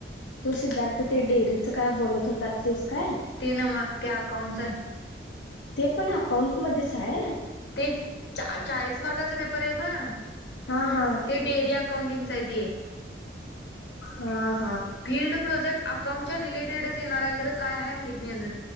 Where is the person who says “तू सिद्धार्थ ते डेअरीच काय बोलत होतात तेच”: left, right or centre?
Left